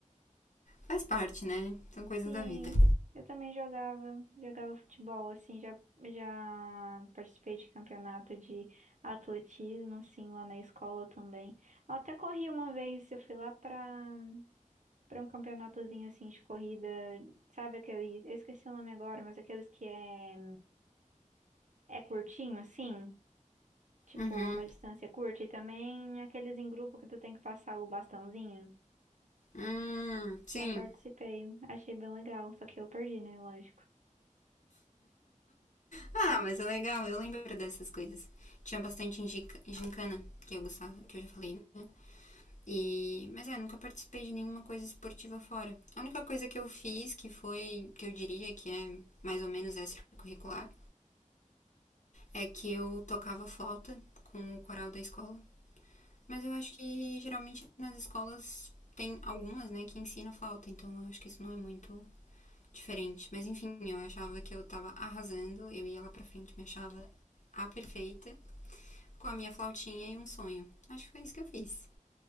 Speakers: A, on the left (about 65°); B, on the right (about 65°).
A: Faz parte, né? São coisas
B: Sim,
A: da vida.
B: eu também jogava, jogava futebol, assim, já, já participei de campeonato de atletismo, assim, lá na escola também. Eu até corri uma vez, eu fui lá pra, pra um campeonatozinho, assim, de corrida, sabe aqueles eu esqueci o nome agora, mas aqueles que é, é curtinho, assim, tipo,
A: Uhum.
B: uma distância curta, e também aqueles em grupo que tu tem que passar o bastãozinho.
A: Hum, sim.
B: Já participei, achei bem legal, só que eu perdi, né? Lógico.
A: Ah, mas é legal, eu lembro dessas coisas. Tinha bastante gica- gincana, que eu gostava, que eu já falei, né? E. Mas é, nunca participei de nenhuma coisa esportiva fora. A única coisa que eu fiz, que foi, que eu diria que é mais ou menos extracurricular, é que eu tocava flauta com o coral da escola. Mas eu acho que geralmente nas escolas tem algumas, né, que ensina flauta, então eu acho que isso não é muito diferente. Mas enfim, eu achava que eu tava arrasando, eu ia lá pra frente, me achava a perfeita, com a minha flautinha e um sonho. Acho que foi isso que eu fiz.